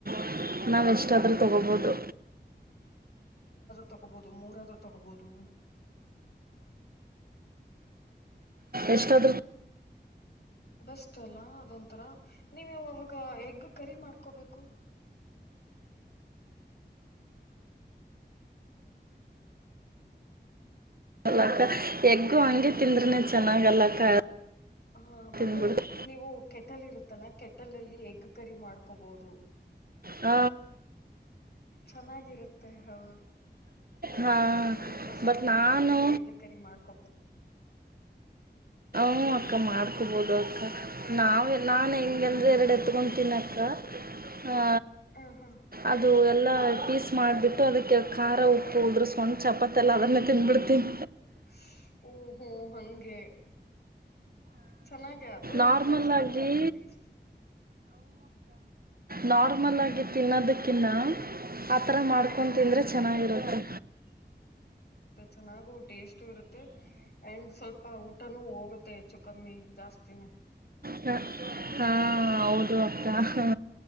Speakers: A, on the right (about 55°); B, on the left (about 65°).
A: <inaudible> ನಾವೆಷ್ಟಾದ್ರೂ
B: ಹ್ಮ್ ಹ್ಮ್
A: ತಗೋಬೋದು
B: ತಗೋಬಹುದು ಮೂರದು ತಗೋಬಹುದು
A: ಎಷ್ಟಾದ್ರೂ
B: ಬೆಸ್ಟ್ ಅಲ್ಲ ಅದೊಂಂತರ ನೀವು ಇವಾಗ ಎಗ್ ಕರಿ ಮಾಡ್ಕೋಬೇಕು
A: ಲಕ್ಕ ಎಗ್ಗು ಹಂಗೆ ತಿಂದ್ರನೆ ಚನ್ ಚೆನ್ನಾಗಲ್ಲ ಅಕ್ಕ
B: ಹಾ ಬಟ್
A: ತಿಂದ್ಬಿಡ್ತು
B: ನೀವು ಕೆಟ್ಟಲ್ ಇರುತ್ತಲ್ಲಾ ಕೆಟ್ಟಲಲ್ಲಿಗ್ ಎಗ್ ಕರಿ ಮಾಡ್ಕೋಬೋದು
A: ಹ
B: ಚೆನ್ನಾಗಿರುತ್ತೆ ಹ ಆರಾಮಾಗಿ
A: ಹಾಂ
B: ಮಸಾಲೆ
A: ಬಟ್
B: ಎಲ್ಲಾ
A: ನಾನು
B: ಹಾಕೊಂಡ್ ಎಗ್ ಕರಿ ಮಾಡ್ಕೊಬಹು
A: ಹು ಅಕ್ಕ ಮಾಡ್ಕೊಬೋದು
B: ಹಾ
A: ಅಕ್ಕ ನಾವು ಹ <unintelligible> ನಾನು ಹೆಗೆಂದ್ರೆ ಎರಡು ಎತ್ಕೊತೀನ ಹ <unintelligible> ಹ
B: ಹ ಹಾ
A: ಅದು ಎಲ್ಲ ಪೀಸ್ ಮಾಡಿಬಿಟ್ಟು ಅದಕ್ಕೆ ಖಾರ ಉಪ್ಪು ಉದ್ರುಸ್ಕೊಂಡು ಚಪಾತಿ ಎಲ್ಲ ಅದನ್ನೇ ತಿಂದ್ಬಿಡ್ತೀನಿ
B: <inaudible> ಹಂಗೆ ಚೆನ್ನಾಗಿ ಅದು ಒಂಥರ
A: ನಾರ್ಮಲ್ಲಾಗಿ
B: ಚೆನ್ನಾಗಿರುತ್ತೆ ಟೇಸ್ಟ್
A: ನಾರ್ಮಲ್ ಆಗಿ ತಿನ್ನೋದಕ್ಕಿನ್ನ ಆತರ ಮಾಡ್ಕೊ
B: ಹೌದು
A: ತಿಂದ್ರೆ ಚೆನ್ನಾಗಿರತ್ತೆ
B: <inaudible> ಟೇಸ್ಟ್ ಇರುತ್ತೆ ಅಂಡ್ ಸ್ವಲ್ಪ ಊಟನುೂ ಹೋಗುತ್ತೆ ಮತ್ತೆ ಹೆಚ್ಚು ಕಮ್ಮಿ ಜಾಸ್ತಿನೇ
A: ಹ ಹಾ ಹೌದು ಅಕ್ಕ ಹ